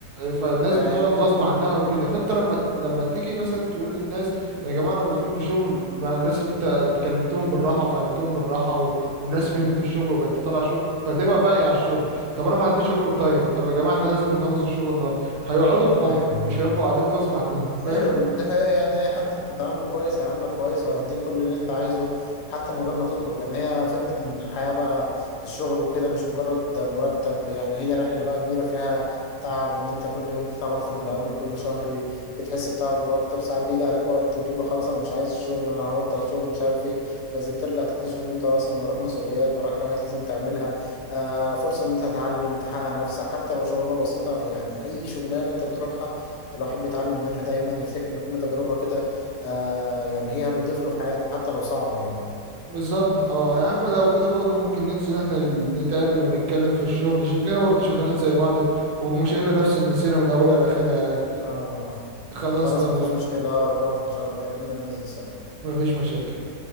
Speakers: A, on the right; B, on the left.
A: فالناس
B: ده
A: بتقعد
B: حقيقة.
A: غصب عنها وكده فانت لما لما تيجي مثلا تقول للناس يا جماعه انا مزنوق في شغل مع الناس اللي انت اتكلمتهم بالراحه وفهمتهم بالراحه و... والناس فهمت
B: مم.
A: الشغل وبقت تطلع شغل فتبقى باقي على الشغل طب انا ما عنديش اوفر تايم طب يا جماعه احنا لازم نخلص الشغل النهارده هيقعدوا بحب
B: أيوه أيوه
A: مش هيبقوا قاعدين غصب عنهم فاهم
B: ايوه ده هي يعني اي حد انت بتعامله كويس هيعاملك كويس وهيديك كل اللي انت عايزه حتى من غير ما تطلب يعني هي فكره ان الحياه بقى الشغل وكده مش مجرد مرتب يعني هي رحله بقى كبيره فيها تعب ان انت كل يوم بتتعب اكتر من اللي قبله كل شهر بتحس بتعب اكتر ساعات بيجي عليك وقت وتقول له خلاص انا مش عايز الشغل انا هبطل الشغل مش عارف ايه بس بترجع تكتشف ان انت اصلا وراك مسؤوليات وراك حاجات لازم تعملها آه فرصه ان انت تتعلم تحقق نفسك حتى لو شغلانه بسيطه يعني اي شغلانه انت بتروحها الواحد بيتعلم منها دايما يفتكر ان كل تجربة كده آه يعني هي بتضيف له في حياته حتى لو صعبة يعني
A: بالظبط اه يا عم لو كده برضه ممكن ننزل احنا ال- نتقابل ونتكلم في الشغل شكلنا برضه شغالين زي بعض و- ومشينا نفس المسيرة من اولها لاخرها يعني
B: آه
A: خلاص
B: خلاص
A: تمام
B: مفيش مشكلة اقرب وقت ان شاء الله كلمنا ننزل سوا
A: مفيش مشاكل